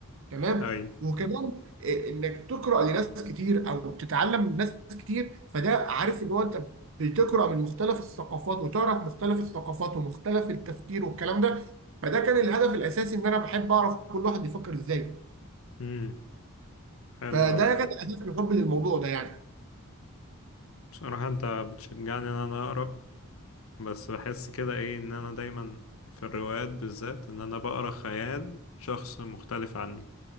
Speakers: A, on the right (about 60°); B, on the left (about 65°).
A: تمام
B: ايوه
A: وكمان إيه، انك تقرا لناس كتير او تتعلم من ناس كتير فده عارف اللي هو انت بتقرا من مختلف الثقافات وتعرف مختلف الثقافات ومختلف التفكير والكلام ده فده كان الهدف الاساسي ان انا بحب اعرف كل واحد بيفكر ازاي
B: امم حلو
A: فده
B: أوي
A: كان اساس حبي للموضوع ده يعني
B: بصراحة انت بتشجعني ان انا اقرا بس بحس كده ايه ان انا دايما في الروايات بالذات ان انا بقرا خيال شخص مختلف عني